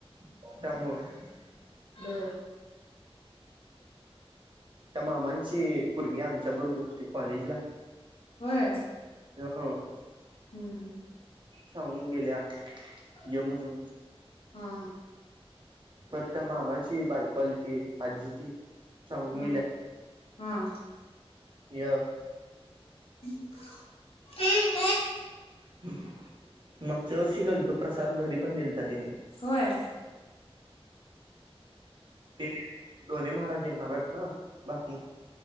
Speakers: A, on the right; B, on the left.
A: त्यामुळे-
B: बर.
A: त्या मामांची -पोरगी आमच्या बरोबर होती कॉलेजला.
B: होय.
A: हो <unintelligible>
B: हम्म हम्म.
A: सांगून गेल्या.
B: हा
A: ये म्हणून
B: हा.
A: फक्त मामाची बायको आली होती. आज्जी ती सांगून
B: हा -हा.
A: या-
B: ते
A: हम्म. मागच्या वर्षी गेलतो प्रसाद घरी पण दिल्ता तेनी.
B: होय.
A: ते ढोणे महाराज येणार आहेत ना. बाकी